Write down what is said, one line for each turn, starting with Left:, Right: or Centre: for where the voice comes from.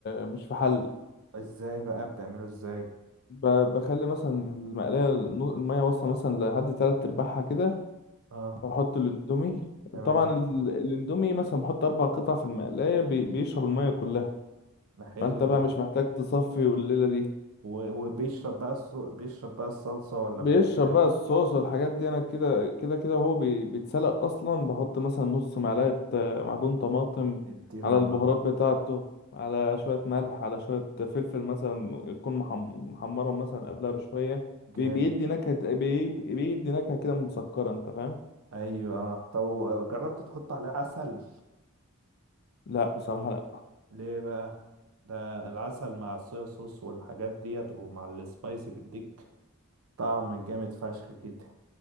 Left: مش في حل
Right: ازاي بقى بتعمله ازاي
Left: ب... بخلي مثلا المقلايه النو- الميه واصله مثلا لحد تلات ارباعها كده
Right: اه
Left: واحط الاندومي
Right: تمام
Left: طبعا ال- الاندومي مثلا بحط اربع قطع في المقلايه بي... بيشرب الميه كلها
Right: ده حلو
Left: فانت بقى
Right: ده
Left: مش محتاج تصفي والليله دي
Right: و... وبيشرب بقى الص... بيشرب بقى الصلصة ولا
Left: بيشرب
Right: بيعمل ايه
Left: بقى الصوص والحاجات دي انا كده كده كده وهو بي- بيتسلق اصلا بحط مثلا نص معلقه آه، معجون طماطم
Right: اديله
Left: على
Right: يا
Left: البهارات
Right: معلم
Left: بتاعته على شويه ملح على شويه فلفل مثلا يكون محم- محمرهم مثلا قبلها بشويه
Right: جامد
Left: بي- بيدي نكهه بي- بيدي نكهه كده مسكره انت فاهم
Right: ايوه آه. طب جربت تحط عليه عسل
Left: لا بصراحه
Right: ليه بقى ده العسل مع الصويا صوص والحاجات ديت ومع السبايسي بيديك طعم جامد فشخ كده